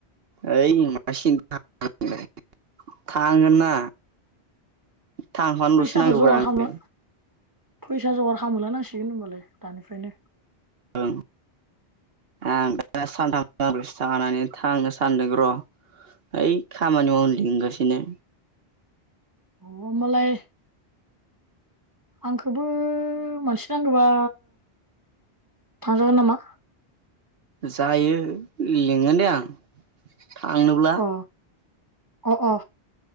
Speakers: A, on the right (about 65°); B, on the right (about 20°).
A: ओइ मा सिनथाखालामदो थांगोनना। थांफानोलसो
B: फैसाखौ
A: नांगौब्रा
B: जगार
A: आंदो।
B: खालामला फैसा जगार होलां नांसिगोन होनबालाय दानिफ्रायनो
A: ओं आं दा सानथाम सानब्रैसो थांखांनानै थांनो सानदों र ओइ खामानि मावनो लिंगासिनो।
B: अ मालाय आंखौबो मानसि नांगौबा जागोन नामा
A: जायो लिंगोन दे आं। थांनोब्ला
B: अ अ अ